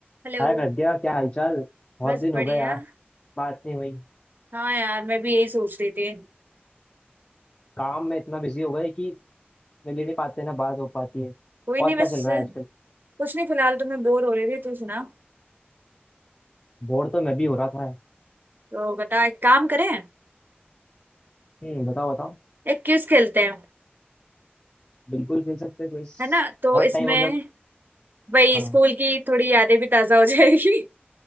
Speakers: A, on the right; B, on the left.
A: हेलो
B: हाय प्रज्ञा क्या हालचाल बहुत
A: बस
B: दिन
A: बढ़िया
B: हो गए यार बात नहीं हुई
A: हाँ यार मैं भी यही सोच रही थी
B: काम में इतना बिजी हो गए कि मिल ही नहीं पाते ना बात हो पाती है
A: कोई नहीं
B: और क्या
A: बस
B: चल रहा है आजकल
A: कुछ नहीं फिलहाल तो मैं बोर हो रही थी तू सुना
B: बोर तो मैं भी हो रहा था
A: तो बता एक काम करें
B: हम्म बताओ बताओ
A: एक क्विज खेलते हैं
B: बिल्कुल खेल सकते हैं क्विज
A: है ना तो
B: बहुत
A: इसमें
B: टाइम हो गया
A: वही
B: हाँ
A: स्कूल की थोड़ी यादें भी ताजा हो जाएगी